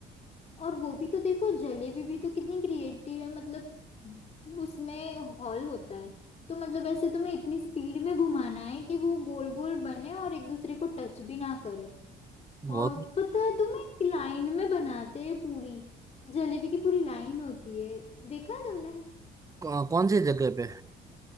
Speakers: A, on the left; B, on the right.
A: और वो भी तो देखो जलेबी भी तो कितनी क्रिएटिव है मतलब उसमें हॉल होता है तो मतलब ऐसे तुम्हें इतनी स्पीड में घुमाना है कि वो गोल गोल बने और एक दूसरे को टच भी ना करे
B: वो
A: और पता है तुम्हें एक लाइन में बनाते हैं पूरी जलेबी की पूरी लाइन होती है देखा है तुमने
B: कौ- कौन सी जगह पे